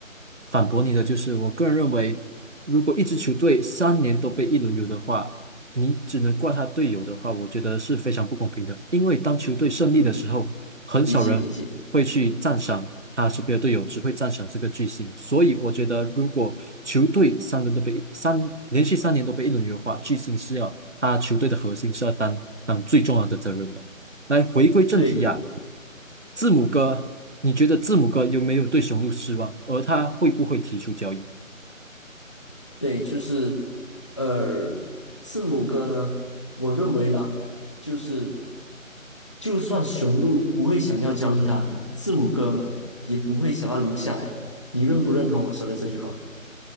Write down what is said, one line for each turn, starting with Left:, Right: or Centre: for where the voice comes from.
Right: 反驳你的，就是我个人认为，如果一支球队三年都被一轮游的话，你只能怪他队友的话，我觉得是非常不公平的。因为当球队胜利的时候，
Left: 嗯，
Right: 很少人会去赞赏他身边的队友，
Left: 理解理解，
Right: 只会赞赏这个巨星。所以我觉得，如果球队三轮都被三连续三年都被一轮优化，巨星是要他球队的核心是要担当最重要的责任了。来回归正题呀、
Left: 对
Right: 字母哥，你觉得字母哥有没有对雄鹿失望？而他会不会提出交易？
Left: 对，就是呃，字母哥呢，我认为啦，就是就算雄鹿不会想要交易他，字母哥也不会想要留下来。你认不认同我说的这句话？